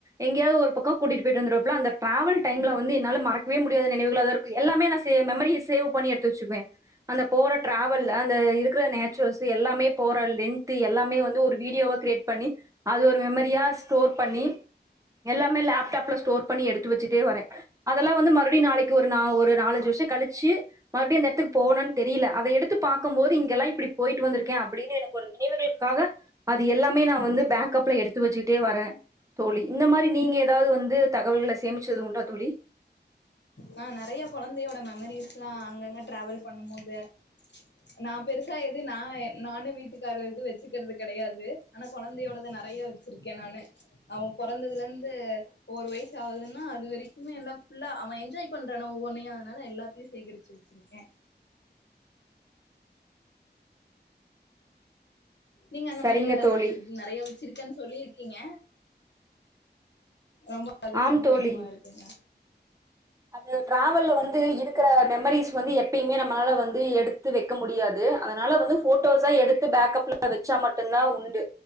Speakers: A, on the right; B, on the left.
A: எங்கயாவது ஒரு பக்கோ கூட்டிட்டு போயிட்டு வந்துருவா ப்புல அந்த டிராவல் டைம்ல வந்து என்னால மறக்கவே முடியாத நினைவுகளதா இருக்கு எல்லாமே நா மெமரியை சேவ் பண்ணி எடுத்து வச்சுக்குவே அந்த போற டிராவல் அந்த இருக்கிற நேச்சுரல்ஸ் எல்லாமே போற லென்த்து எல்லாமே வந்து ஒரு வீ வீடியோ வா கிரியேட் பண்ணி அது ஒரு மெமரியா ஸ்டோர் பண்ணி எல்லாமே லேப்டாப்ல ஸ்டோர் பண்ணி எடுத்து வச்சிட்டே வரே அதெல்லா வந்து மறுபடி நாளைக்கு ஒரு நா ஒரு நாலஞ்சு வருஷ கழிச்சு மறுவடியு அந்த இடத்துக்கு போவனான் தெரியில அத எடு த்து பாக்கம் போது இங்கெல்லா இப்பிடி போயிட்டு வந்துருக் கே அப்படினு எனக்கு ஒரு நினைவுகளுக்காக அது எல்லாமே நா வந்து பேக் கப்ல எடுத்து வச்சுட்டே வரே தோழி இந்த மாரி நீங்க ஏதாவது வந்து தகவல்கள சேமிச்சது உண்டா தோழி
B: நா நெறைய கொழந்தையோட மெமரிஸ்லா அங்கங்க ட்ராவல் பண்ணும் போது நா பெருசா எது நா எ நானு வீட்டுக்காரர்து வெச்சுக்கிறது கெடையாது ஆனா கொழந்தையோடத நெறைய வச்சிருக்கே நானு அவ பொறந்ததுலலிருந்து இப்ப ஒரு வயசு ஆவுது ஏன்னா அது வரைக்குமே எல்லா ஃபுல்லா அவ என்ஜாய் பண்றா நா ஒவ்வொன்னையு அதனால எல்லாத்தையு சேகரிச்சு வெச்சிருக்கே நீங்க அந்த
A: சரிங்க
B: மாரி ஏதாவது
A: தோழி
B: வெச்சிருக்கிங் நெறைய வெச்சிருக்கேன் சொல்லிரு கீங்க ரொம்ப அது
A: ஆம்
B: சந்தோஷமா
A: தோழி
B: இருக்குங்க
A: அது டிராவல்ல வந்து இருக்கற மெமரிஸ் வந்து எப்பயுமே நம்மளால வந்து எடுத்து வெக் க்க முடியாது அதனால வந்து ஃபோட்டோஸ்சா எடுத்து பேக்கப்ல வெச்ச மட்டுந்தா உண்டு